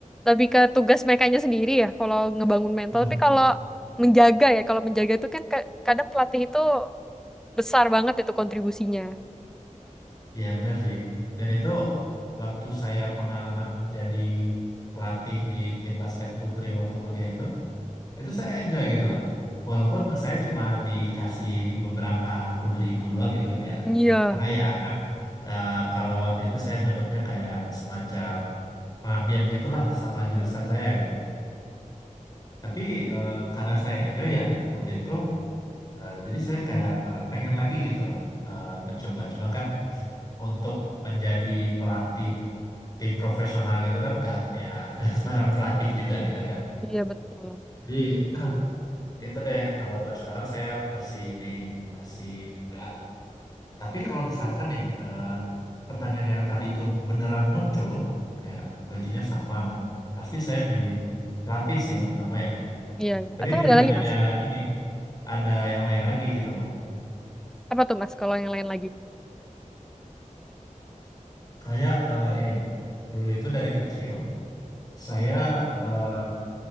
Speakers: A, in the centre; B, on the left.
A: lebih ke tugas merekanya sendiri ya kalau ngebangun mental
B: Hmm,
A: tapi kalau menjaga ya kalau menjaga itu kan ke- kadang pelatih itu besar banget itu kontribusinya
B: ya benar sih. Dan itu waktu saya pengalaman jadi pelatih di tim basket putri waktu kuliah itu, itu saya enjoy gitu lah. Walaupun saya cuma dikasih beberapa puluh ribu doang gitu kan ya.
A: iya
B: Karena ya kan eh, kalau waktu itu saya nganggapnya kayak semacam pengabdian gitulah sama jurusan
A: Hmm.
B: saya gitu lah. Tapi eh, karena saya enjoy ya waktu itu Eh, jadi saya kayak eh, pengen lagi gitu lah eh, mencoba. Cuma kan untuk menjadi pelatih tim profesional gitu kan nggak ya <laughs> nggak sembarang pelatih juga gitu kan.
A: iya betul
B: Jadi <clears throat> itu deh kalau buat sekarang saya masih ini masih nggak. Tapi
A: Hmm.
B: kalau misalkan nih eh, pertanyaan yang tadi itu beneran muncul kayak gajinya sama, pasti saya milih pelatih sih yang pertama ya.
A: iya iya
B: Tapi
A: atau
B: juga
A: ada lagi
B: ada
A: mas
B: ini ada yang lain lagi gitu loh.
A: apa tuh mas kalau yang lain lagi
B: Kayak eh, ini dulu itu dari kecil saya eh,